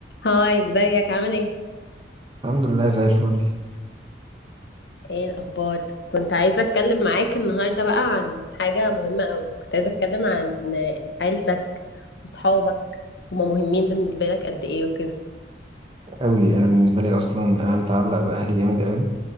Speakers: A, on the left (about 70°); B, on the right (about 30°).
A: هاي ازيك عامل ايه
B: الحمد لله زي الفل
A: ايه الاخبار كنت عايزه اتكلم معاك النهارده بقى عن حاجه مهمه قوي كنت عايزه اتكلم عن عيلتك وصحابك هما مهمين بالنسبه لك قد ايه وكده
B: قوي انا بالنسبه لي اصلا انا متعلق باهلي جامد قوي